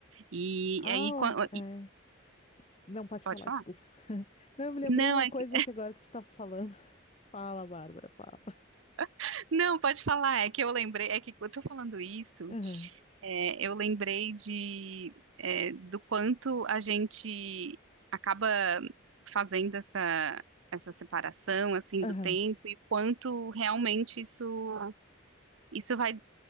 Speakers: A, on the right; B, on the left.
A: E
B: Ah,
A: é aí,
B: ó,
A: quan- e-
B: é. Não, pode
A: pode
B: falar,
A: falar?
B: desculpa. <laughs> Não, eu me lembrei
A: Não,
B: uma
A: é
B: coisa
A: que,
B: que agora que tu tá falando. <laughs> Fala, Bárbara, fala.
A: <laughs> não, pode falar, é que eu lembrei, é que eu tô falando isso.
B: Aham,
A: É, eu lembrei de, é, do quanto a gente acaba fazendo essa, essa separação assim
B: aham.
A: do tempo e quanto realmente isso isso vai